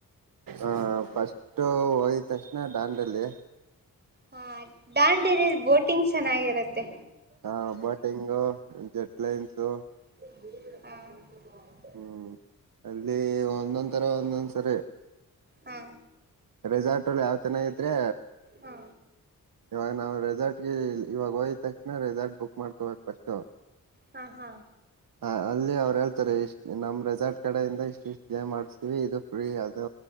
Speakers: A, on the right; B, on the right.
A: ಅ ಫಸ್ಟು ಹೋಗಿತಕ್ಷಣ ಡಾಂಡಲ್ಲಿ.
B: ಹಾ ಡಾಂಡೇಲ್ ಬೋಟಿಂಗ್ ಚೆನ್ನಾಗಿರುತ್ತೆ.
A: ಹ ಬೋಟಿಂಗು ಜೆಟ್ ಲೈನ್ಸು.
B: ಹು
A: ಹು ಅಲ್ಲಿ ಒಂದೊಂದ್ ತರ ಒಂದೊಂದ್ಸರಿ.
B: ಹಾ
A: ರೆಸಾರ್ಟ್ ಅಲ್ಲಿ ಯಾವ್ ತೆನ್ನಾಗಿದ್ರೆ.
B: ಹಾ.
A: ಇವಾಗ ನಾವು ರೆಸಾರ್ಟ್ಗೆ ಇವಾಗ ಹೋಗಿದ್ ತಕ್ಷಣ ರೆಸಾರ್ಟ್ ಬುಕ್ ಮಾಡ್ಕೋಬೇಕು ಫಸ್ಟ್.
B: ಹಾ ಹಾ.
A: <inaudible> ಅ ಅಲ್ಲಿ ಅವರು ಹೇಳ್ತಾರೆ ಇಷ್ಟ ನಮ್ಮ್ ರೆಸಾರ್ಟ್ ಕಡೆಯಿಂದ ಇಷ್ಟ ಇಷ್ಟು ಗೆಮ್ ಆಡಸ್ತೀವಿ ಇದು ಫ್ರೀ ಅದು